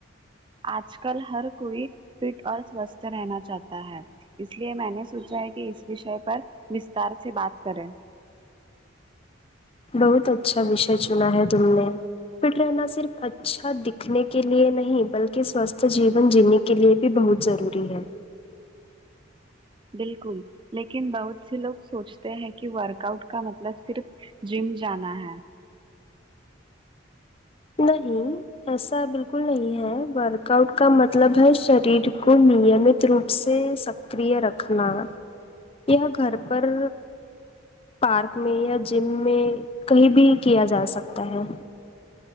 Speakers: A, on the right; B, on the left.
A: آج کل ہر کوئی فٹ اور سوستھ رہنا چاہتا ہے اس لیے میں نے سوچا ہے کہ اس وشے پر وستار سے بات کریں
B: بہت اچھا وشے چنا ہے تم نے فٹ رہنا صرف اچھا دکھنے کے لیے نہیں بلکہ سوستھ جیون جینے کے لیے بھی بہت ضروری ہے
A: بالکل لیکن بہت سے لوگ سوچتے ہیں کہ ورک آؤٹ کا مطلب صرف جم جانا ہے
B: نہیں ایسا بالکل نہیں ہے ورک آؤٹ کا مطلب ہے شریر کو نیمیت روپ سے سک کریہ رکھنا یا گھر پر پارک میں یا جم میں کہیں بھی کیا جاسکتا ہے